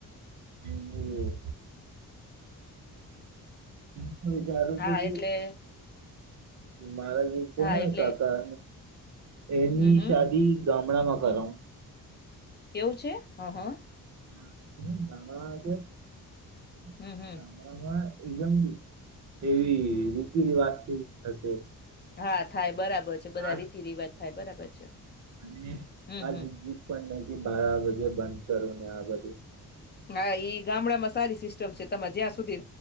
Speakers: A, on the right; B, on the left.
A: હમ્મ. હમ્મ. હું વિચારું
B: હા
A: છું કે,
B: એટલે
A: મારા જે છે
B: હા
A: ને
B: એટલે
A: કાકા, એની
B: હમ હમ
A: શાદી ગામડામાં કરાવું.
B: એવું છે. હ, હા,
A: હા હા આ
B: હમ હમ
A: ગામડામાં એકદમ એવી રીતિ રિવાજથી થશે.
B: હા, થાય બરાબર. પછી બધા
A: આ
B: રેતી રિવાજ થાય બરાબર છે.
A: અને
B: હમ
A: આ
B: હમ
A: જ પણ ન બાર વાગે બંધ. કરુંને આ બધું
B: હા, ઈ ગામડામાં સારી સિસ્ટમ છે. તમારે જ્યાં સુધી